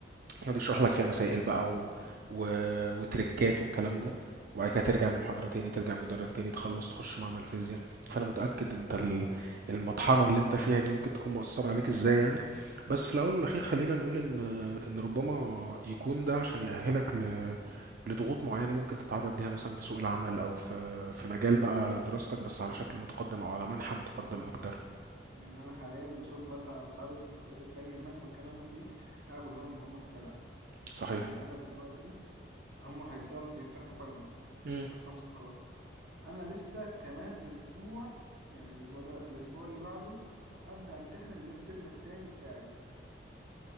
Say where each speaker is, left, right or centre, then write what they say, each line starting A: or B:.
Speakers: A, on the right; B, on the right.
A: يقعد يشرح لك فيها مسائل بقى و... و... وتريكات والكلام ده وبعد كده ترجع المحاضرة تاني ترجع المدرج تاني تخلص تخش معمل فيزياء فأنا متأكد أنت ال- المطحنة اللي أنت فيها دي ممكن تكون مؤثرة عليك إزاي يعني بس في الأول والأخير خلينا نقول إن إن ربما يكون ده عشان يأهلك ل... لضغوط معينة ممكن تتعرض ليها مثلا في سوق العمل أو في في مجال بقى دراستك بس على شكل متقدم أو على منحى متقدم
B: آه،
A: أكتر
B: يعني انا حاليا بشوف مثلا اصحابي اللي في الكليات التانية مهما كان هم فيه انا بقول لهم ان هم في دلع
A: صحيح
B: يعني انا دلوقتي هم هيبداوا يمت- يمتحنوا فاينل
A: مم.
B: شهر خمسة خلاص انا لسه كمان اسبوع يعني الاسبوع ده لا الاسبوع اللي بعده هبدا امتحن الميد ترم التاني بتاعي